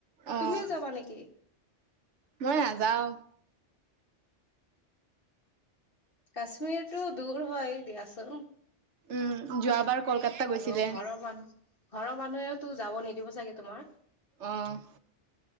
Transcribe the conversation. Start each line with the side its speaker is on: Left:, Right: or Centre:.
Right: অ'
Left: তুমিও যাবা নেকি?
Right: মই নাযাও।
Left: কাশ্মীৰ টো দূৰ হয় দিয়াচোন।
Right: উম যোৱাবাৰ কলকাতা গৈছিলে।
Left: আৰু ঘৰৰ মানুহ ঘৰৰ মানুহেও তো যাব নিদিব চাগে তোমাৰ?
Right: অ'।